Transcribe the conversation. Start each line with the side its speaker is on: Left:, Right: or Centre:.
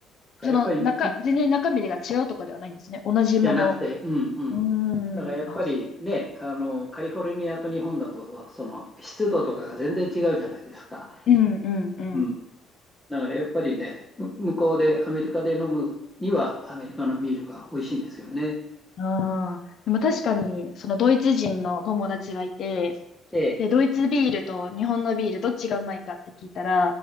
Centre: だからやっぱりに、
Left: その中、全然中身が違うとかではないんですね。同じもの。
Centre: じゃなくて、うんうん。
Left: うーん。
Centre: だからやっぱりね、
Left: あ、
Centre: あの、カリフォルニアと日本だと、その湿度とかが全然違うじゃないですか。
Left: うんうんうん。
Centre: うん。だからやっぱりね、む向こうでアメリカで飲むにはアメリカのビールが美味しいんですよね。
Left: ああ。でも確かに、
Centre: うん、
Left: そのドイツ人の友達がいて、
Centre: ええ、
Left: で、ドイツビールと日本のビールどっちがうまいかって聞いたら、